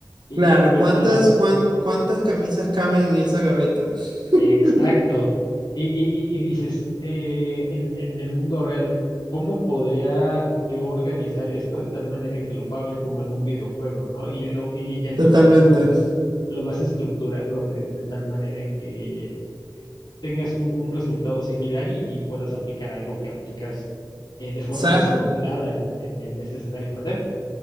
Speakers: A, on the left (about 75°); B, on the right (about 80°).
A: Y,
B: Claro,
A: y-
B: ¿cuántas,
A: y la,
B: cuán- cuántas camisas caben en esa gaveta?
A: Exacto.
B: <laughs>
A: Y, y- y- y dices, eh, en, en el mundo real, ¿cómo podría yo organizar esto de tal manera en que lo pueda ver como en un videojuego, ¿no? Y, lo, y ya en
B: Totalmente.
A: tu cabeza lo vas, lo vas estructurando de, de tal manera en que eh, tengas un, un resultado similar y, y puedas aplicar algo que aplicas eh, de forma
B: ¿Sabes?
A: simulada
B: cu-
A: en, en- en ese escenario. ¿Mande?